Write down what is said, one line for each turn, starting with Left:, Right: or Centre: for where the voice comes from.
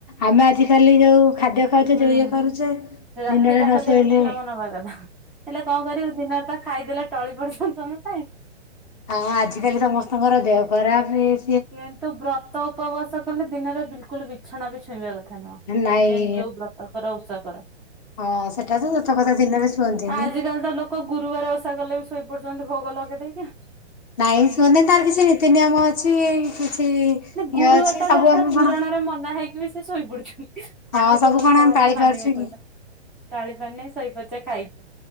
Left: ଆମେ ଆଜିିକାଲି ଯୋଉ ଖାଦ୍ୟ ଖାଉଚେ
Centre: ହୁଁ
Left: ଯୋଉ ଇଏ କରୁଛେ
Centre: ରାତିଟା
Left: ଦିନରେ ନ
Centre: ଖାଲି
Left: ଶୋଇଲେ
Centre: ବିଶ୍ରାମ ନେବା କଥା। ହେଲେ କଣ କରିବୁ ଦିନରେ ତ ଖାଇଦେଲେ ଟଳି ପଡିପଡୁଚୁ <unintelligible> ପାଇଁ।
Left: ହଁ ଆଜିିକାଲି ସମସ୍ତଙ୍କର ଦେହ ଖରାପ ହେଇ
Centre: କିନ୍ତୁ ବ୍ରତ ଉପବାସ କିନ୍ତୁ ଦିନରେ ବିଲକୁଲ ବିଛଣାରେ ଶୋଇବା କଥା ନୁହଁ
Left: ନାଇଁ
Centre: ଯାଇ ଯୋଉ ବ୍ରତକର ଓଷା କର।
Left: ହଁ ସେଟା ତ ସତ କଥା ଦିନରେ ଶୁଅନ୍ତିନି।
Centre: ଆଜି କାଲି ତ ଲୋକ ଗୁରୁବାର ଓଷା କଲେ ବି ଶୋଇ ପଡୁଚନ୍ତି ଭୋଗ ଲଗେଇ ଦେଇକି।
Left: ନାଇଁ ସୋନି ତାର କିଛି ନୀତି ନିୟମ ଅଛି। କିଛି ଇଏ
Centre: ଗୁରୁବାରଟାରେ
Left: ଅଛି ସବୁ
Centre: ଦେଖ
Left: ଆମେ
Centre: ପୁରାଣରେ
Left: କଣ
Centre: ମନା ଖାଇକି ସେ ଶୋଇ ପୁଡୁଚନ୍ତି।
Left: ହଁ
Centre: ଆଉ
Left: ସବୁ
Centre: କୋଉ
Left: କଣ
Centre: ଓଷା
Left: ଆମେ
Centre: ବାର
Left: ପାଳି
Centre: ମାନିବେ
Left: ପାରୁଛେ କି?
Centre: କହିଲ ଟଳି ପାଣି ନେଇ ଶୋଇ ପଚା ଖାଇକି